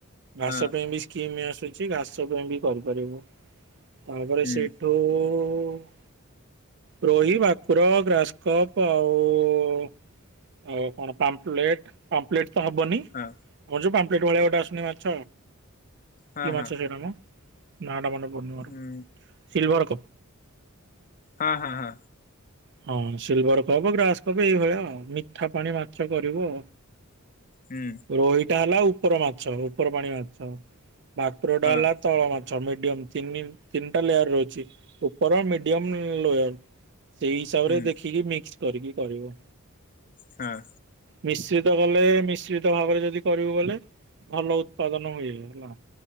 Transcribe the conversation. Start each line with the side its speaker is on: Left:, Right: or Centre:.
Right: ଘାସ
Left: ହଁ
Right: ପାଇଁ ବି କିମି ଆସୁଛି ଘାସ ପାଇଁ ବି କରିପାରିବୁ ତାପରେ
Left: ହୁଁ
Right: ସେ ଓ-ଓ-ଓ-ଓ ରୋହି, ଭାକୁର, ଗ୍ରାସ କପ ଆଉ-ଉ-ଉ-ଉ ଆଉ କଣ ପାମ୍ପଲେଟ ପାମ୍ପଲେଟ ତ ହବନି।
Left: ହଁ
Right: ହ ଯୋଉ ପାମ୍ପ୍ଲେଟ ଭଳିଆ ଗୋଟେ ଆସୁନି ମାଛ
Left: ହଁ
Right: କି ମାଛ
Left: ହଁ
Right: ସେଟା ମ ନାଁ ଟା ମନେ ପଡୁନି ମୋର
Left: ହୁଁ
Right: ସିଲଭର କପ।
Left: ହଁ ହଁ ହଁ।
Right: ହଁ ସିଲଭର କବ ଗ୍ରାସ କବ ଏଇଭଳିଆ ଆଉ ମିଠା ପାଣି ମାଛ କରିବୁ।
Left: ହୁଁ।
Right: ରୋହିଟା ହେଲା ଉପର ମାଛ ଉପର ପାଣି ମାଛ ଭାକୁରଟା
Left: ହଁ
Right: ହେଲା ତଳ ମାଛ ମିଡିୟମ ତିନି ତିନିଟା ଲେୟାର ର ଅଛି ଉପର, ମିଡିୟମ, ଲୋୟର। ସେଇ ହିସାବ
Left: ହୁଁ
Right: ରେ ଦେଖିକି ମିକ୍ସ କରିକି କରିବ।
Left: ହଁ।
Right: ମିଶ୍ରିତ କଲେ-ଏ-ଏ ମିଶ୍ରିତ ଭାବରେ ଯଦି କରିବୁ ବୋଲେ ଭଲ ଉତ୍ପାଦନ ହୁଏ ହେଲା।